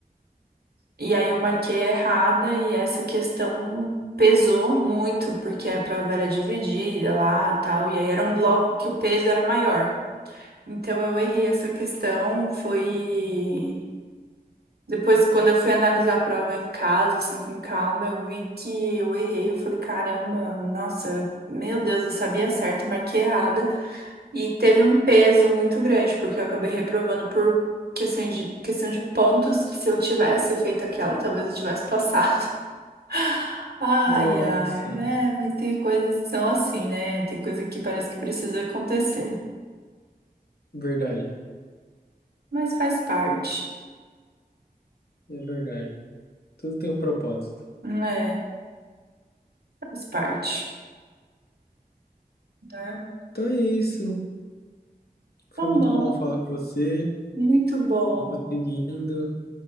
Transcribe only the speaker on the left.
Nossa,
verdade.
É verdade. Tudo tem um propósito.
Então é isso. Foi
muito bom falar com você.
Eu vou seguindo.